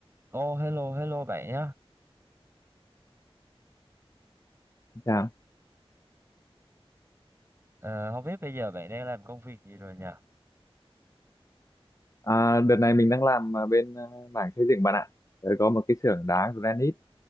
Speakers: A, on the right (about 25°); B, on the left (about 30°).
A: Ồ, hello, hello bạn nhé.
B: Chào.
A: Ờ, không biết bây giờ bạn đang làm công việc gì rồi nhỉ?
B: À, đợt này mình đang làm à, bên à, mảng xây dựng bạn ạ. Tớ có một cái xưởng đá granite